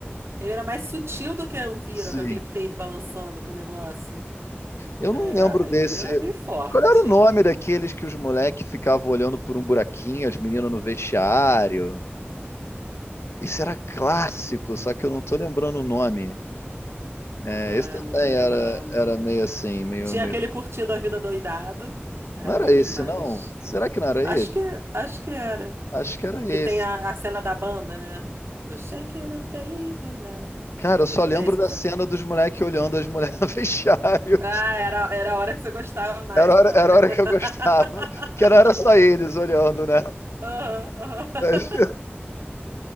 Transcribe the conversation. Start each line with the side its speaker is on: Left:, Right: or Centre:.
Right: Ele era mais sutil do que a Elvira,
Left: Sim.
Right: com aquele peito balançando com o negócio.
Left: Eu
Right: É,
Left: não lembro
Right: a
Left: desse.
Right: Elvira era meio forte.
Left: Qual era o nome daqueles que os moleques ficavam olhando por um buraquinho, as meninas no vestiário? Esse era clássico, só que eu não tô lembrando o nome. É,
Right: Ah,
Left: esse também
Right: não tô lembrando.
Left: era, era meio assim, meio,
Right: Tinha
Left: meio.
Right: aquele curtindo a vida doidado, que era
Left: Não
Right: bom
Left: era esse,
Right: demais.
Left: não? Será que não era
Right: Acho
Left: esse?
Right: que, acho que era.
Left: Acho que era
Right: Que
Left: esse.
Right: tem a, a cena da banda, né? Do Shake It Up, Baby Now.
Left: Cara, eu só lembro
Right: É isso
Left: da
Right: que você
Left: cena
Right: tá...
Left: dos moleques olhando as mulheres no <laughs> vestiário.
Right: Ah, era, era a hora que você gostava mais,
Left: Era a
Right: então,
Left: hora, era
Right: né?
Left: a hora que eu gostava.
Right: <laughs>
Left: Que não era só eles olhando, né?
Right: Aham, aham.
Left: Mas-